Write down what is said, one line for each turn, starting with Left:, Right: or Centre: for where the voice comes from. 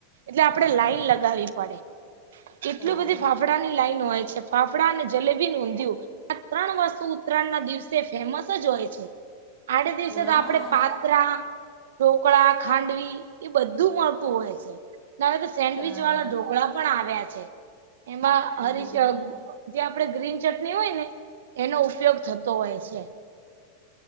Right: એટલે આપણેે લાઈન લગાવી પડે. કેટલું
Left: સારું
Right: બધી ફાફડાની લાઈન હોય છે ફાફડા ને જલેબી ને ઊંધિયું... આ ત્રણ વસ્તુ ઉત્તરાયણ ના દિવસે ફેમસ જ હોય છે, આડે દિવસે
Left: હા.
Right: તો આપણે પા ત્રા, ઢોકળા, ખાંડવી એ બધું મળતું હોય છે. <unintelligible> સેન્ડવીચ
Left: સારું
Right: વાળા ઢોકળા પણ આવ્યા છે, એમાં
Left: હા
Right: હરી કે અ કે આપડે ગ્રીન ચટની હોય, ને એનો ઉપયોગ થતો હોય છે.